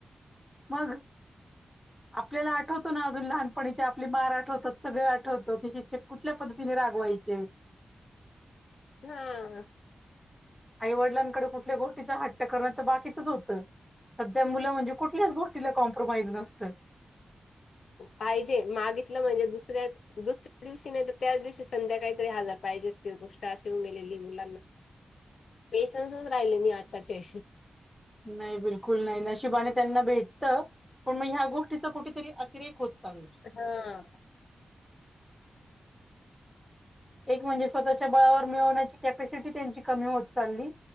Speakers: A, in the centre; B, on the left.
A: मग आपल्याला आठवतो ना अजून लहानपणीचे आपली मार आठवतात सगळे आठवतो की शिक्षक कुठल्या पद्धतीने रागवायचे
B: हा
A: आईवडिलांकडे कुठल्या गोष्टीचा हट्ट करण तर बाकीचच होतं सध्या मुलं म्हणजे कुठल्याच गोष्टीला कॉम्प्रोमाइज नसतं
B: पाहिजे मागितलं म्हणजे दुसऱ्या दुसऱ्या दिवशी नाही तर त्याच दिवशी संध्या काहीतरी हजार पाहिजे असतील गोष्ट अेऊनेलेली मु पेशन्सच राहिले मी आताचे
A: नाही बिलकुल नाही नशिबाने त्यांना भेटत पण मग ह्या गोष्टीच कुठेतरी क्रिक होत चालला
B: हा <unintelligible>
A: एक म्हणजे स्वतःच्या बळावर मिळवण्याची कॅपसिटी त्यांची कमी होत चालली